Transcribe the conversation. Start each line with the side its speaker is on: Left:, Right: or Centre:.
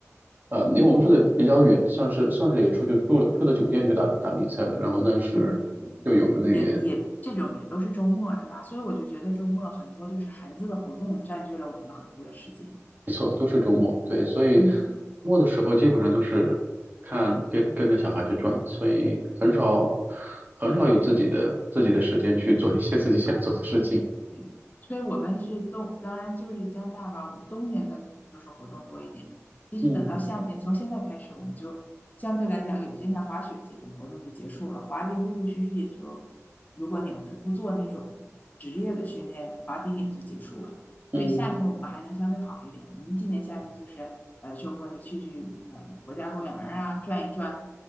Right: 呃，离我们住的比较远，算是算是也出去住了住的酒店去打打比赛的，然后但是又有那个
Left: 嗯。嗯也也这种也都是周末是吧？所以我就觉得周末很多就是孩子的活动占据了我们很多的时间。
Right: 没错都是周末，对，所以周
Left: 嗯，
Right: 末的时候基本上都是看跟跟着小孩去转，所以很少很少有自己的自己的时间去做一些自己想做的事情，
Left: 对，所以我们是冬，当然就是加拿大吧，我们冬天的就是活动多一点。其实等到夏天，
Right: 嗯
Left: 从现在开始，我们就相对来讲，有些像滑雪这种活动就结束了，滑冰陆陆续续也就，如果你要是不做那种职业的训练，滑冰也就结束了。
Right: 嗯。
Left: 所以夏天我们还能相对好一点。我们今年夏天就是呃周末就去去呃国家公园儿啊转一转，